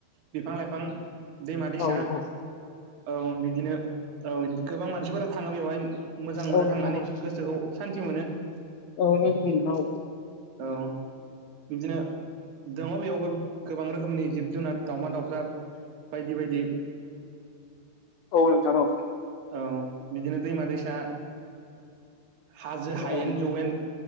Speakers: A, on the right (about 75°); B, on the left (about 75°).
A: बिफां लाइफां दैमा दैसा
B: औ औ
A: औ बिदिनो औ गोबां मानसिफोरा थाङो बेवहाय मोजां मोनो
B: औ नोंथां
A: थांनानै
B: औ
A: गोसोखौ सान्थि मोनो
B: औ <inaudible>
A: औ बिदिनो दङ बेयावबो गोबां रोखोमनि जिब जुनार दावमा दाउसा बायदि बायदि <inaudible>
B: औ नोंथां औ
A: औ बिदिनो दैमा दैसा हाजो हायेन
B: औ नोंथां
A: जवेन